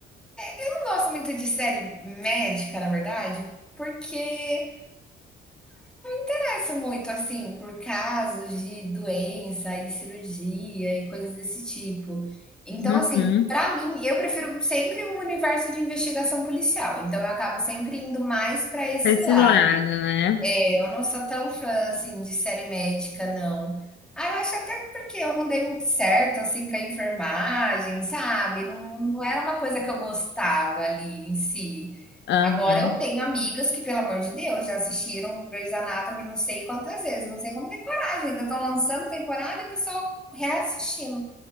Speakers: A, in the centre; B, on the left.
A: Eu não gosto muito de série médica, na verdade, porque parece muito assim, por casos de doença e cirurgia e coisas desse tipo. Então,
B: Uhum.
A: assim, pra mim, eu prefiro sempre um universo de investigação policial. Então, eu acabo sempre indo mais pra esse
B: Pra Esse
A: lado.
B: lado, né?
A: É, eu não sou tão fã assim de série médica, não. Ah, eu acho até porque eu não dei muito certo assim com a enfermagem, sabe? Não, não era uma coisa que eu gostava ali em si.
B: Aham.
A: Agora eu tenho amigas que, pelo amor de Deus, já assistiram Grey's Anatomy não sei quantas vezes, não sei como tem coragem, ainda estão lançando temporada e o pessoal reassistindo.